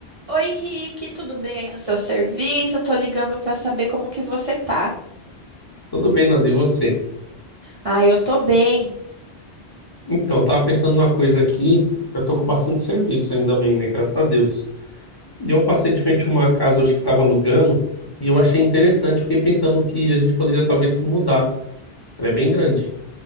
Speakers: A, on the right; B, on the left.
A: Oi, Rick, tudo bem aí no seu serviço? Eu tô ligando pra saber como que você tá.
B: Tudo bem, Nando, e você?
A: Ah, eu tô bem.
B: Então, eu tava pensando numa coisa aqui. Eu tô com bastante serviço ainda bem, né? Graças a Deus. E eu passei de frente a uma casa hoje que tava alugando e eu achei interessante. Fiquei pensando que a gente poderia talvez se mudar. Ela é bem grande.